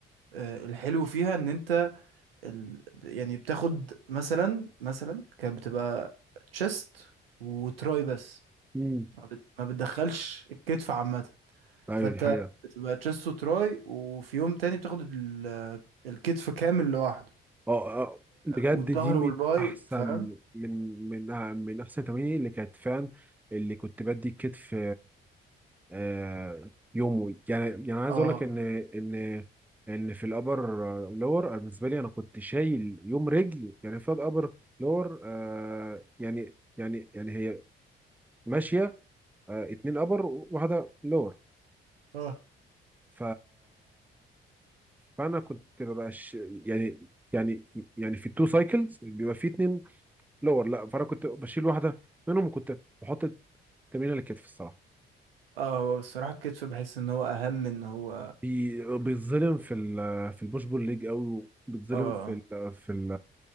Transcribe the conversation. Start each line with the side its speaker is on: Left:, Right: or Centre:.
Right: آه، الحلو فيها إن أنت ال... يعني بتاخد مثلا مثلا كانت بتبقى تشيست وتراي بس
Centre: امم
Right: ما, بت... ما بتدخلش الكتف عامة
Centre: ايوه
Right: فانت
Centre: دي حقيقه
Right: بتبقى تشيست وتراي وفي يوم تاني بتاخد ال- الكتف كامل لوحده
Centre: اه آه. بجد
Right: والظهر
Centre: دي من
Right: اه والباي
Centre: احسن
Right: فاهم
Centre: من من آه، من احسن تمارين اللي كانت فعلا اللي كنت بدي الكتف آه، يومه يعني يعني عايز
Right: اه
Centre: اقول لك ان ان ان في الابر لور بالنسبه لي انا كنت شايل يوم رجل يعني في ابر لور آه، يعني يعني يعني هي ماشيه آه، اتنين ابر وواحده لور
Right: اه
Centre: ف فانا كنت ببقى ش... يعني يعني يعني في التو سايكلز بيبقى في اتنين لور لا فانا كنت بشيل واحده منهم وكنت بحط التمرين على الكتف الصراحه
Right: اه هو الصراحة الكتف بحس ان هو اهم ان هو
Centre: بي- بيتظلم في ال في البوش بول ليج قوي وبيتظلم
Right: اه
Centre: في ال في ال